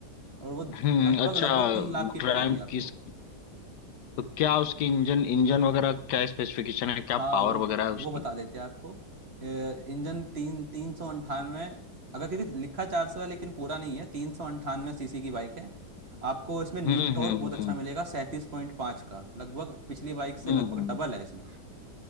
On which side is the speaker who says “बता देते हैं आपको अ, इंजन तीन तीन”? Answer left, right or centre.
Right